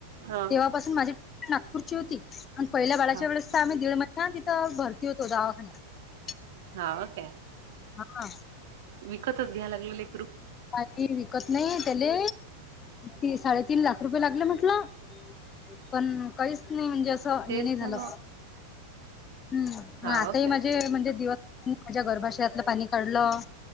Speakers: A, on the right (about 55°); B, on the left (about 25°).
A: हा
B: तेव्हापासून माझी नागपूरची होती आणि पहिल्या बाळाच्या
A: हा
B: वेळेस तर आम्ही दीड महिना ना तिथं भरती होतो दवाखान्यात
A: हा ओके
B: हा
A: विकतच घ्याय लागले लेकरू
B: काही विकत नाही त्याले त साडेतीन लाख रुपये लागले म्हटलं पण काहीच नाही म्हणजे असं हे
A: तेच
B: नाही झालं
A: ना मग
B: हम्
A: हाव
B: आता ह
A: काय
B: माझे म्हणजे दिवस माझ्या गर्भाशयातलं पाणी काढलं